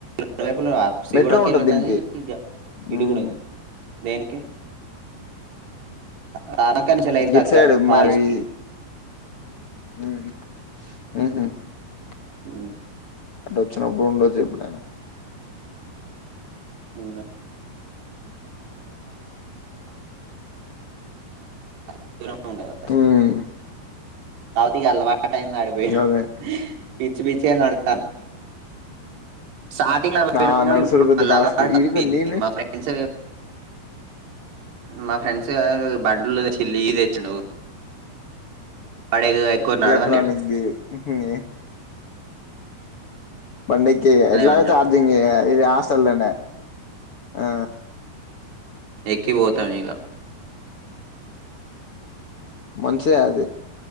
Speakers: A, on the right; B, on the left.
A: రెవైపులు ఆప్సి
B: మెట్రో
A: కూడాక
B: ఉంటది
A: వెళ్ళన్నది
B: దీనికి హ్మ్
A: ఇటు కూడా ఉంది దేనికి కనక చెల
B: గిట్
A: తగ్గ
B: సైడ్
A: కాలేజ్కి
B: మా ఈ <inaudible>
A: అ
B: అంటే వచ్చినప్పుడు ఉండో చెప్పుడైనా
A: వు అ ఇ ఉండ కాసలు
B: హ్మ్
A: సవుత గల్ వా ఆ టై న ఆడుపోయి
B: గదే
A: పిచ్చి పీచ్చ నతాం స్టార్టింగ్ అపోయినా
B: ఆ
A: కానీ
B: నడుసుడు
A: ఇప్పుడుళ్
B: పెద్ద టాస్క్
A: అలవాటు
B: ఈడికి
A: అపోయింది
B: నేను
A: మా ఫ్రెండ్స్ మా ఫ్రెండ్స్ గారు బంలు తెచ్చి లీ తెచ్చిండవు వాడే ఎక్కువ నడవన్నాడు
B: ఎలక్ట్రానిక్ ది పండకి ఎట్లా
A: ఉంటాడు
B: చార్జింగ్ ఆసలనే ఆ
A: ఎక్కిపోతాం ఇక
B: మనిషే అది